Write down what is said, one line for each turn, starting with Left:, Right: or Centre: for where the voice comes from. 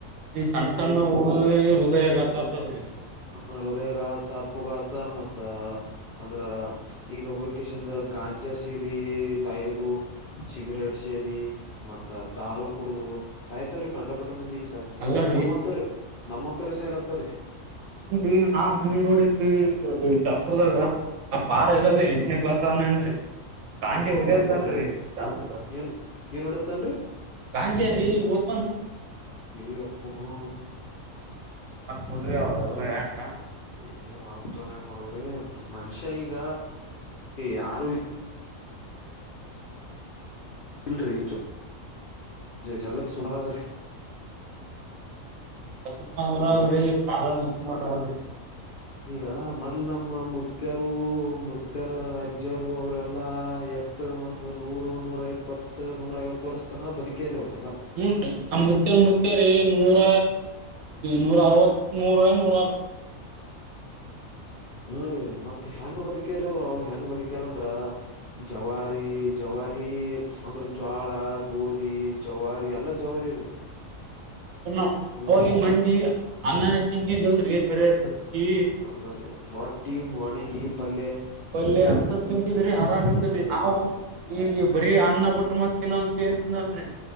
Right: ಈ ಸಣ್ಣ ಸಣ್ಣ
Left: ಐ
Right: ಡ ಹೃದಯಗತತದ್ರೀ
Left: ಹೃದಯಘಾತ ಅಪ್ಪುಘಾತ ಮತ್ತ ಅಂದ್ರ ಈಗ ಹುಕಷಿಂದ ಗಾಯ ಚ ಶ ಸಾಯದು ಸಿಗರೆಟ್ ಶೇ ಮ ದಾರು ಕುಡುದು ಸಹತವ್ರೀ ಕಂಡಪಟ್ಟ ಮಂದಿ ಈಗ ಸ
Right: ಅಲ್ಲರಿ
Left: ನಮ್ಮಂತವ್ರ ನಮ್ಮಂತ ರೀ ಸ ಎಲತ್ತವ ರೀ
Right: ಹಿ ನಾ ಮನಿ ನೋಡನ್ ಶಾಪುರದಾಗ
Left: ಹಾಂ
Right: ಆ ಪಾರ
Left: ಹಾಂ
Right: ಇರದ
Left: ರೀ
Right: ಎಂಟನೇ ಕ್ಲಾಸ್ ನನ್ರಿ ಗಾಂಜೆ
Left: ಹಾಂ ಎಂಟನೇ
Right: ಒಡದತನ್
Left: ತರಗತಿ
Right: ಸಾಪುವ
Left: ಏನು ಏನು ಹೊಡಿಯತ್ತಾನ ರೀ
Right: ಗಾಂಜಾರಿ ಓಪನು
Left: ಏ ಅಪ್ಪ ಹಾ
Right: ಬಿಡ್ರಿ ಅವೆಲ್ಲಾ ಯಾಕ
Left: ಏ ನವು ತರಣ ಏನ್ ಮಾಡೇ ಮನುಷ್ಯ ಈಗ ಯಾರು ಇಲ್ರರಿ ಜಗತ್ ಸುಮಾರದ್ರಿ
Right: ಎಲ್ಲ ಸುಂಬದ್ರಿ
Left: ರೀ
Right: ಕಾಲನು ಸುಂಬದ್ರಿ
Left: ಈಗ ಮೊದ್ಲು ನಮ್ಮ ಮುತ್ತರು ಮುತ್ತರು ಅಜ್ಜರು ಅವರೆಲ್ಲಾ ಎ ಒಂದು ನೂರು ನೂರ ಇಪ್ಪತ್ತು ನೂರ ಐವತ್ತು ವರ್ಷ ತನ ಬದುಕೇರಿ ಅವ್ರು
Right: ಹೂ ನಮ ಮುತ್ತೇ ಮುತ್ತೇರಿ ನೂರ ನೂರ ಅರವತ್ ನೂರ ನೂ
Left: ಹ ರೀ ಮತ್ತೆ ಹೆಯಾಂಗ ಬದುಕೇರ ಅವರು ಅವ್ರ ಹೆಂಗ್ ಬದುಕ ಕರಂದ್ರ ಜವಾರಿ ಜವಾರಿ ಅಂದ್ರೆ ಜ್ವಾಳ ಗೋಧಿ ಜವಾರಿ ಎಲ್ಲ ಜವಾರಿ ರೀ
Right: ಹ್ಮ
Left: ಹಾಂ
Right: ಹೋಗಿ ಮಂದಿ ಅನ್ನ ತಿಚಿದಲ್ರಿ ಬರ ರೊಟ್ಟಿ
Left: ಬರ ರಾಟ್ಟಿಯು ವಣಗಿಯ ಪಲ್ಯ
Right: ಪಲ್ಯ ಅಂತ ತಿಂತಿದ್ರಿ ಆರಾಮ್ ಅಂತಿ
Left: ಹಾಂ
Right: ನಾವು ಈಗ ಬರೀ ಅಣ್ಣ ಬಿಟ್ಟ್ರ ಮತ್ ತಿನ್ನಂತ ಏನ್ ತಿನ್ನಲ್ರಿ